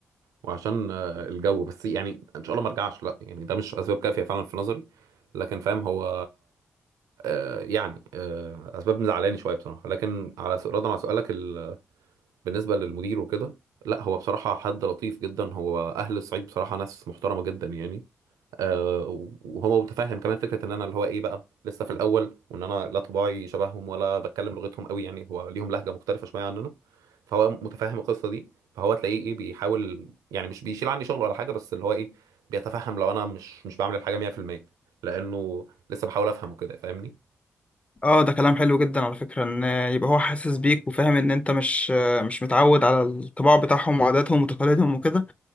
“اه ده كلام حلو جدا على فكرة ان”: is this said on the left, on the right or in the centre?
Left